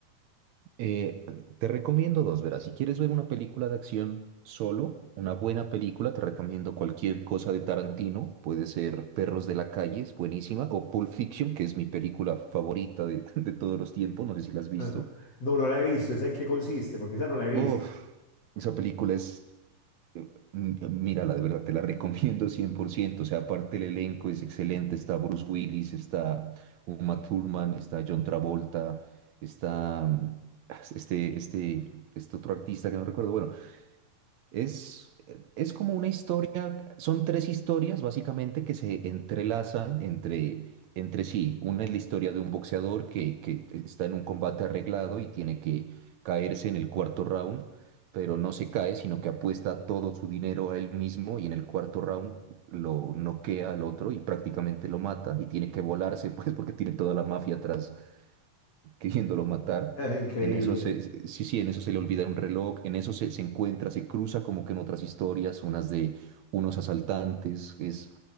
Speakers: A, on the right; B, on the left.
A: Eh, te recomiendo dos, verás, si quieres ver una película de acción solo, una buena película, te recomiendo cualquier cosa de Tarantino, puede ser Perros de la Calle, es buenísima, o Pulp Fiction, que es mi película favorita de, <laughs> de todos los tiempos, no sé si la has visto.
B: Ah. No, no la he visto. ¿Esa en qué consiste? Porque esa no la he visto.
A: Uf, esa película es Mm, Mírala, de verdad, te la recomiendo 100%. O sea, aparte el elenco es excelente. Está Bruce Willis, está Uma Thurman, está John Travolta, está mm, este, este, este otro artista que no recuerdo. Bueno, es, es como una historia, son tres historias básicamente que se entrelazan entre, entre sí. Una es la historia de un boxeador que, que está en un combate arreglado y tiene que caerse en el cuarto round, pero no se cae, sino que apuesta todo su dinero a él mismo y en el cuarto round lo noquea al otro y prácticamente lo mata y tiene que volarse, <laughs> pues porque tiene toda la mafia atrás queriéndolo matar.
B: <laughs> Ah, Increíble.
A: En eso se, se- sí, sí, en eso se le olvida un reloj, en eso se, se encuentra, se cruza como que en otras historias, unas de unos asaltantes. Es,